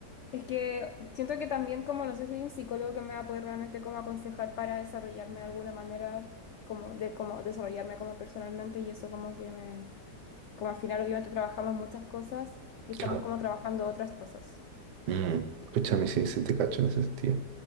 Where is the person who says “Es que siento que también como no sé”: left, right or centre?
Left